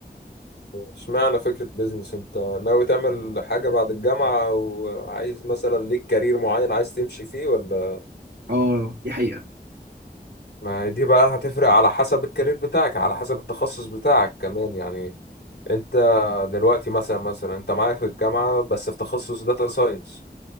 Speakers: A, on the left (about 80°); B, on the right (about 85°).
A: اشمعنى فكرة بيزنس انت ناوي تعمل حاجة بعد الجامعة او عايز مثلا ليك كارير معين عايز تمشي فيه ولا
B: اه دي حقيقه
A: ما هي دي بقى هتفرق على حسب الكارير بتاعك على حسب التخصص بتاعك كمان يعني انت دلوقتي مثلا مثلا انت معايا في الجامعة بس في تخصص داتا ساينس